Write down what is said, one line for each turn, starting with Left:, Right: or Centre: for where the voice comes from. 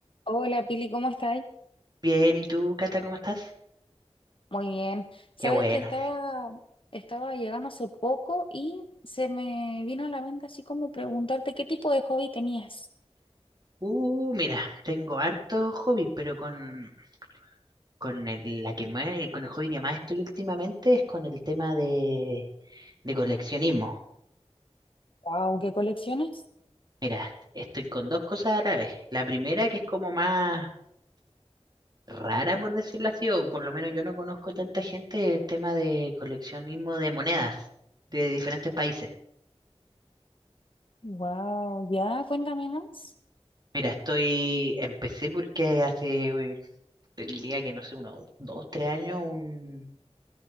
Left: Hola Pili, ¿cómo estáis?
Right: Bien, ¿y tú, Cata, cómo estás?
Left: Muy bien. Sabes
Right: Qué bueno.
Left: que estaba, estaba llegando hace poco y se me vino a la mente así como preguntarte qué tipo de hobby tenías.
Right: Uh, mira, tengo hartos hobbies, pero con, con el, la que más- con el hobby que más estoy últimamente es con el tema de, de coleccionismo.
Left: Wow, ¿qué colecciones?
Right: Mira, estoy con dos cosas a la vez. La primera, que es como más rara, por decirlo así, o por lo menos yo no conozco tanta gente, el tema de coleccionismo de monedas de diferentes países.
Left: Wow, ya, cuéntame más.
Right: Mira, estoy, empecé porque hace, uy, te diría que no sé, unos dos, tres años, un